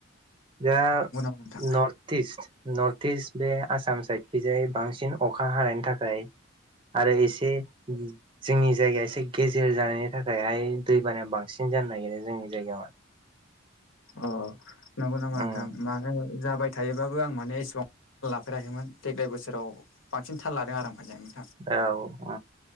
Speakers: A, on the right; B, on the left.
A: दा नं
B: नंगौ नामा नोंथां
A: नर्थ इस्ट नर्थ इस्ट बे आसाम साइडखिजाय बांसिन अखा हानायनि थाखाय। आरो एसे जोंनि जायगाया एसे गेजेर जानायनि थाखायहाय दैबानाया बांसिन जानो नागिरो जोंनि जायगायाव
B: अ नंगौ नामा नोंथां
A: उम
B: मा जाबाय थायोबाबो आं माने एसेबां लाफेराखैमोन देग्लाय बोसोराव बांसिन थाललादों आर मोजांङैनो।
A: औ औ